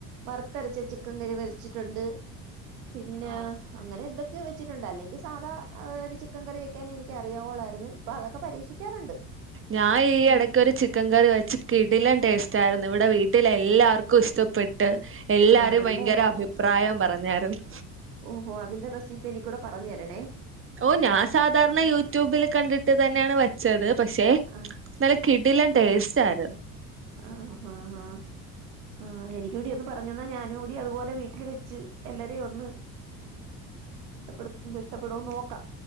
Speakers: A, on the right; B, on the right.
A: വറുത്തരച്ച ചിക്കൻ കറി വച്ചിട്ടുണ്ട്. പിന്നേ
B: ആഹ്
A: അങ്ങനെന്തൊ ക്കെയോ വെച്ചിട്ടുണ്ട്. അല്ലെങ്കി സാധാ ആഹ് ഒരു ചിക്കൻ കറി വെക്കാനേ എനിക്കറിയാവൊള്ളായിരുന്നു. ഇപ്പ അതൊക്കെ പരീക്ഷിക്കാറുണ്ട്.
B: ഞാ ഈ എടക്കൊരു
A: ആഹ്
B: ചിക്കൻ കറി വെച്ച്. കിടിലം ടേസ്റ്റാരുന്നു. ഇവിടെ വീട്ടിലെല്ലാവർക്കും ഇഷ്ടപ്പെട്ട് എല്ലാരും
A: ആണല്ലേ
B: വയങ്കര അഭി പ്രായവും പറഞ്ഞാരുന്നു.
A: ഓഹോ അതിന്റെ റെസിപ്പി എനിക്കൂടെ പറഞ്ഞേരണേ?
B: ഓഹ് ഞാ സാധാരണ യൂട്യൂബില് കണ്ടിട്ട് തന്നെയാണ് വെച്ചത് പക്ഷേ
A: ആഹ്
B: നല്ല കിടിലം ടേസ്റ്റാരു
A: ആഹ് ആഹ് ആഹ് ആഹ് എനിക്കൂടി ഒന്ന് പറഞ്ഞന്നാ ഞാനൂടി അതുപോലെ വീട്ടില് വെച്ച് എല്ലരേം ഒന്ന് പ്പെടു ഇഷ്ടപ്പെടോ നോക്ക